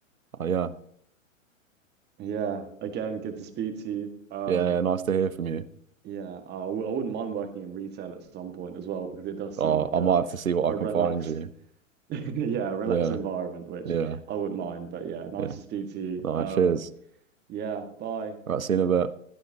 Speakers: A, on the right; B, on the right.
A: uh, yeah.
B: yeah, again, good to speak to you. Um,
A: Yeah, yeah, nice to hear from you.
B: Yeah, uh, I w I wouldn't mind working in retail at some point as well because it does seem
A: Oh,
B: like
A: I
B: a,
A: might have to see what
B: a
A: I
B: relaxed,
A: can find you.
B: <laughs> yeah, relaxed
A: Yeah,
B: environment, which
A: yeah,
B: I wouldn't mind. But yeah, nice
A: yeah.
B: to speak to you.
A: No,
B: Um,
A: cheers.
B: yeah, bye.
A: All right, see you in a bit.